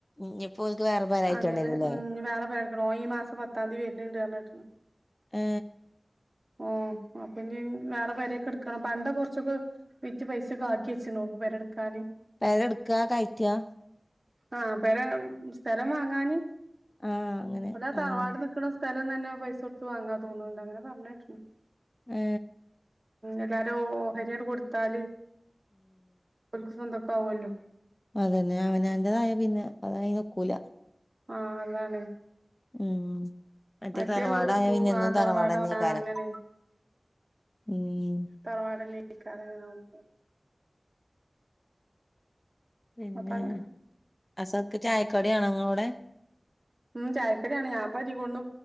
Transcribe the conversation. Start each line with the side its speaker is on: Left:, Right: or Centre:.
Left: ഇഞ്ഞിപ്പോ ഓൽക്ക് വേറെ പെര കയറ്റേണ്ടിവരുല്ലേ
Right: അങ്ങനെ ഞ്ഞി വേറെ പെരട്ക്കണം ഓൻ ഈമാസം പത്താന്തി വര്ന്ണ്ട്ന്നർഞ്ഞേട്ട്
Left: ഏ
Right: ആ അപ്പൊഞ്ഞി വേറെ പെരെക്കെട്ക്കണം പണ്ടം കൊറ്ച്ചൊക്കെ വിറ്റ് പൈസൊക്കെ ആക്കി വെച്ച്ണ്ഓന്നു പെരെട്ക്കാന്
Left: പെരട്ക്ക്ആ കയറ്റ്ആ?
Right: ആ പെര സ്ഥലം വാങ്ങാന്
Left: ആഹ് അങ്ങനെ
Right: ഒന്നേ
Left: ആഹ്
Right: തറവാട് നിക്ക്ണ സ് സ്ഥലം തന്നെ പൈസൊട്ത്ത് വാങ്ങാ തോന്ന്ണ്ട് അങ്ങനെ പറഞ്ഞേട്ട്ണ്
Left: ഏ
Right: എല്ലാരും ഓഹരിയണ്ട് കൊട്ത്താല് ഓൽക്ക് സ്വന്തക്കാവ്വല്ലോ
Left: അതെന്നെ അവനാന്റതായാ പിന്നെ അതയിനൊക്കൂല
Right: ആ അതാണ്
Left: ഉം
Right: മറ്റേ
Left: തറവാടായ പിന്നെ എന്നും
Right: ആ തറവാട്
Left: തറവാടന്നേക്കാരം
Right: ആ അങ്ങനെ
Left: ഉം
Right: തറവാടെന്നൈക്കാരങ്ങനാവുമ്പൊ
Left: പിന്നേ
Right: അപ്പ
Left: അസർക്ക് ചായക്കടിയാണോ ഇങ്ങളോടെ
Right: ചായക്കടിയാണ് ഞാൻപ്പൊ അരീകോട്ന്ന്